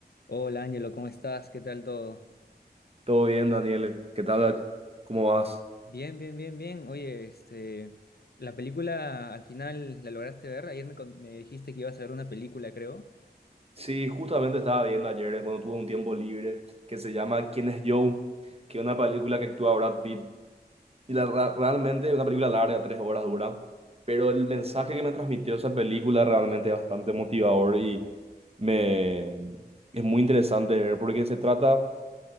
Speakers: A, on the left; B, on the right.
A: Hola Ángelo, ¿cómo estás? ¿Qué tal todo?
B: Todo bien, Daniel. ¿Qué tal? ¿Cómo vas?
A: Bien, bien, bien, bien. Oye, este, la película al final la lograste ver. Ayer me, con- me dijiste que ibas a ver una película, creo.
B: Sí, justamente estaba viendo ayer, cuando tuve un tiempo libre, que se llama ¿Quién es Joe? Que es una película que actúa Brad Pitt. Y la, ra- realmente es una película larga, tres horas dura. Pero el mensaje que me transmitió esa película realmente es bastante motivador y me, es muy interesante de ver porque se trata